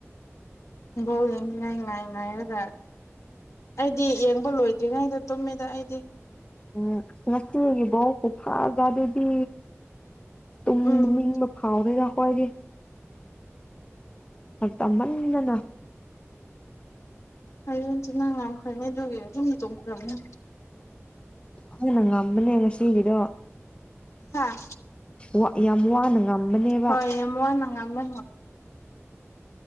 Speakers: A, on the left; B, on the left.
A: ꯕꯣꯜ ꯌꯦꯡꯅꯤꯡꯉꯥꯏ ꯉꯥꯏ ꯉꯥꯏꯔꯒ ꯑꯩꯗꯤ ꯌꯦꯡꯕ ꯂꯣꯏ ꯌꯦꯡꯉꯔꯣꯏꯗ ꯇꯨꯃꯦꯗ ꯑꯩꯗꯤ
B: ꯎꯝ ꯉꯁꯤꯒꯤ ꯕꯣꯜꯁꯤ ꯐꯥꯖꯗꯦꯗꯤ ꯇꯨꯝꯅꯤꯡꯕ
A: ꯎꯝ
B: ꯐꯥꯎꯗꯦꯅ ꯑꯈꯣꯏꯗꯤ ꯇꯟꯃꯟꯗꯅ
A: ꯍꯌꯦꯟꯆꯨ ꯅꯪ ꯉꯝꯈ꯭ꯔꯅꯤ ꯑꯗꯨꯒꯤ ꯑꯗꯨꯨꯝ ꯇꯨꯝꯈ꯭ꯔꯅꯤ
B: ꯄꯨꯉꯝꯗ ꯉꯝꯕꯅꯦ ꯉꯁꯤꯒꯤꯗꯣ
A: ꯍꯥꯥ
B: ꯋꯥ ꯌꯥꯝ ꯋꯥꯅ ꯉꯝꯕꯅꯦꯕ
A: ꯍꯣꯏ ꯌꯥꯝ ꯋꯥꯅ ꯉꯝꯃꯦ